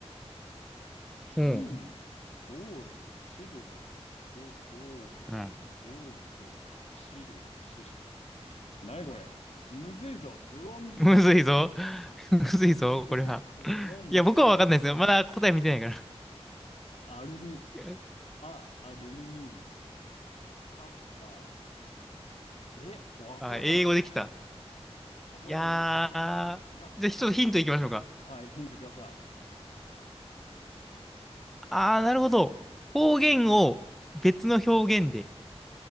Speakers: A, on the left (about 75°); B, in the centre.
A: 金、
B: うん。
A: ゴールド、シルバー、ゴ、ゴール、
B: うん。
A: ゴールド、シル、シル。<laughs> 何これむずいぞ。ブロンズ、
B: むずいぞ。<laughs> むずいぞ、
A: ブ、
B: これは。
A: ブロンズ、
B: いや、僕はわかんないですよ。まだ答え見てないか
A: アルミ、
B: ら。
A: ア、アルミニウム、カッパー。え、わからん。
B: あ、英語できた。
A: これ、
B: いやー。
A: えで、いや、
B: じゃあ、ちょっとヒントいきましょうか。
A: あ、はい、ヒントください。
B: あー、なるほど。方言を別の表現でっ